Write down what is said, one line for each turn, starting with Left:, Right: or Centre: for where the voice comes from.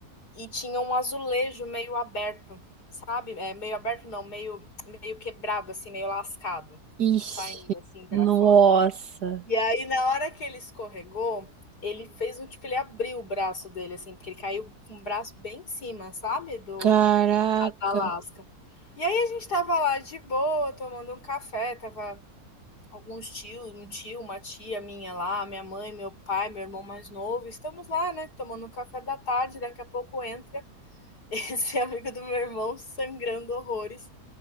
Left: E tinha um azulejo meio aberto, sabe? É, meio aberto não, meio, meio quebrado, assim, meio lascado,
Right: Ixi,
Left: saindo assim para
Right: nossa,
Left: fora. E aí, na hora que ele escorregou, ele fez um tipo, ele abriu o braço dele, assim, porque ele caiu com o braço bem em cima, sabe? Do
Right: caraca.
Left: da lasca. E aí a gente tava lá de boa, tomando um café, tava alguns tios, um tio, uma tia minha lá, minha mãe, meu pai, meu irmão mais novo, estamos lá, né, tomando um café da tarde, daqui a pouco entra <laughs> esse amigo do meu irmão sangrando horrores.